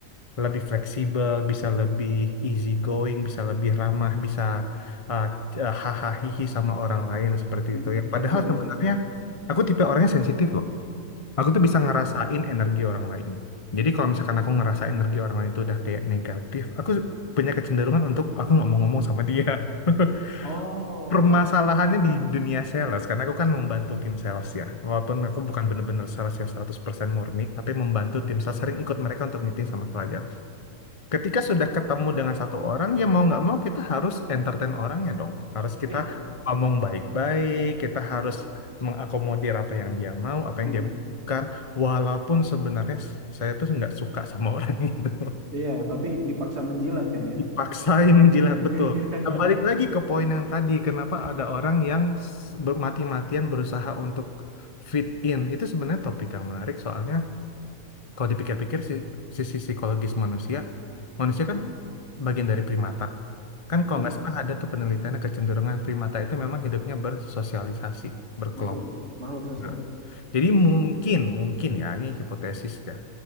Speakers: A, on the left (about 35°); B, on the right (about 45°).
A: lebih fleksibel, bisa lebih easy going, bisa lebih ramah, bisa uh, eh, hahaha hihi sama orang lain seperti
B: Mm,
A: itu. Yang
B: I
A: padahal
B: see, I
A: sebenarnya
B: see.
A: aku tipe orangnya sensitif loh. Aku tuh bisa ngerasain
B: Mm.
A: energi orang lain. Jadi kalau misalkan aku ngerasa energi orang lain itu udah kayak negatif, aku punya kecenderungan untuk aku nggak mau ngomong sama dia. <laughs>
B: Oh.
A: permasalahannya di dunia sales karena aku kan membantu tim sales ya walaupun aku bukan benar-benar sales yang 100% murni tapi membantu tim sales sering ikut mereka untuk meeting sama klien ketika sudah ketemu dengan satu orang ya mau nggak mau kita harus entertain orangnya dong harus
B: Iya,
A: kita
B: iya.
A: ngomong baik-baik kita
B: Mm,
A: harus mengakomodir apa yang dia mau apa yang
B: mm, mm.
A: dia butuhkan walaupun sebenarnya saya tuh nggak suka sama <laughs> orang itu
B: Iya, tapi dipaksa menjilat kan ya.
A: Dipaksain menjilat,
B: <laughs>
A: betul. Nah, Balik lagi ke poin yang tadi, kenapa ada orang yang s- ber- mati-matian berusaha untuk fit in. Itu sebenarnya topik yang menarik, soalnya kalau dipikir-pikir si- sisi psikologis manusia, manusia kan bagian dari primata. Kan
B: Betul,
A: kalau nggak salah ada tuh penelitiannya kecenderungan primata itu memang hidupnya bersosialisasi, berkelompok.
B: betul. Makhluk sosial.
A: Nah, jadi mungkin, mungkin ya, ini hipotesis ya.